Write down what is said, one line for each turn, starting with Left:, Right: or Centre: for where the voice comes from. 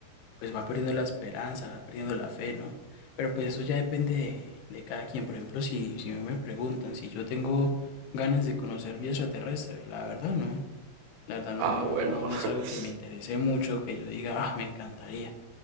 Left: pues va perdiendo la esperanza, va perdiendo la fe, ¿no? Pero pues eso ya depende de, de cada quien. Por ejemplo, si, si me preguntan si yo tengo ganas de conocer vida extraterrestre, la verdad no. La verdad no,
Right: Ah,
Left: no,
Right: bueno.
Left: no, no
Right: <laughs>
Left: es algo que me interese mucho, que yo diga, ah, me encantaría.